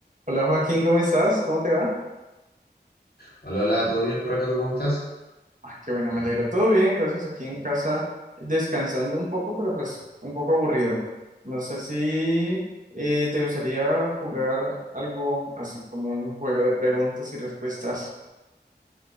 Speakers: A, on the right; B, on the left.
A: Hola Joaquín, ¿cómo estás? ¿Cómo te va?
B: Hola, hola, ¿todo bien por acá? ¿Tú cómo estás?
A: Ah, qué bueno, me alegro. Todo bien, gracias. Aquí en casa descansando un poco, pero pues un poco aburrido. No sé si eh, te gustaría jugar algo así como un juego de preguntas y respuestas.